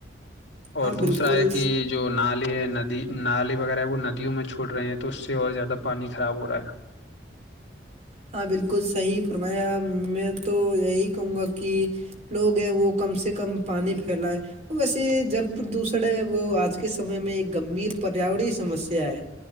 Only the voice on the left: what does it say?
اور
دوسرا
ہے کہ جو نالے ہے ندی نالی وغیرہ ہے وہ ندیوں میں چھوڑ رہے ہیں تو اس سے اور زیادہ پانی خراب ہو رہا ہے